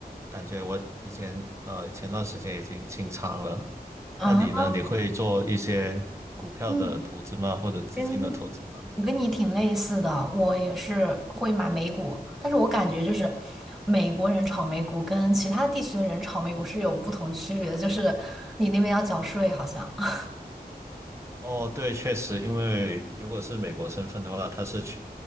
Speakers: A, on the right (about 15°); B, in the centre.
A: 感觉我以前呃前段时间已经清仓了。
B: 啊，
A: 那你呢？你会做一些股票的投资吗？
B: 嗯，
A: 或者基金的投资吗？
B: 跟我跟你挺类似的，我也是会买美股，但是我感觉就是美国人炒美股跟其他地区的人炒美股是有不同区别的，就是你那边要缴税，好像。<laughs>
A: 哦，对，确实，因为如果是美国身份的话，它是全